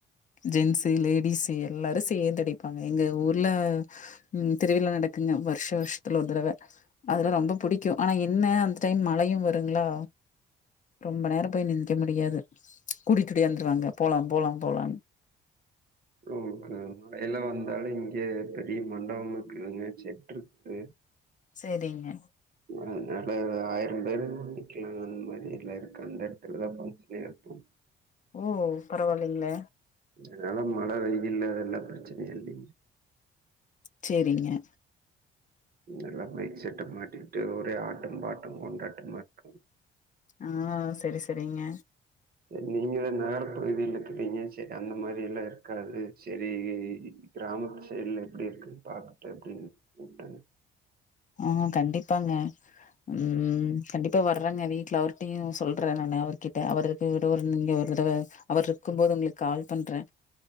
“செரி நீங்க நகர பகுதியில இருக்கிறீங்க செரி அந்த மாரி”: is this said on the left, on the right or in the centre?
Right